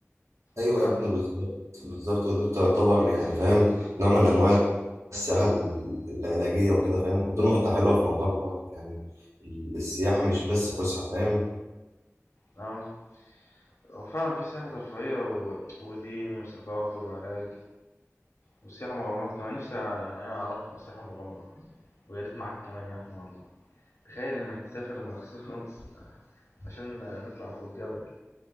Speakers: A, on the right; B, on the left.
A: ايوه
B: وتتعز
A: يا ابني بالظبط بالظبط وده بتعتبر يعني فاهم نوع من انواع السياحة ال- العلاجية وكده فاهم ودي نقطة حلوة في موضوعنا برضه يعني ال- السياحة مش بس فسحة فاهم
B: اه هو فعلا في سياحة ترفيهية و... وديني وثقافي وعلاج وسياحة مغامرات كمان نفسي يعني ايه اروح سياحة مغامرة ويا ريت معاك كمان يا احمد والله تخيل انك تسافر مخصوص <laughs> <applause> عشان نطلع فوق الجبل